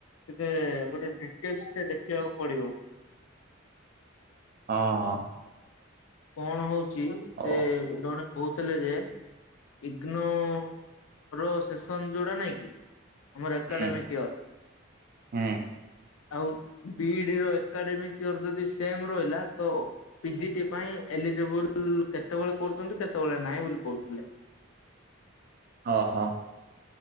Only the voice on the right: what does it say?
ହଁ।
ଓ
ହୁଁ
ହୁଁ
ଓ ହୋ।